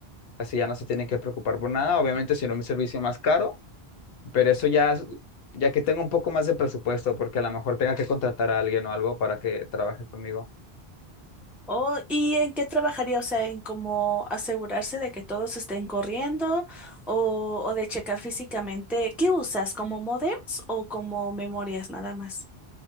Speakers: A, on the left; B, in the centre.
A: Así ya no se tiene que preocupar por nada, obviamente si no mi servicio más caro, pero eso ya, es- ya que tengo un poco más de presupuesto, porque a lo mejor tenga que contratar a alguien o algo para que trabaje conmigo.
B: Oh, ¿y en qué trabajaría? O sea, en cómo asegurarse de que todos estén corriendo o, o de checar físicamente. ¿Qué usas? ¿Como modems o como memorias nada más?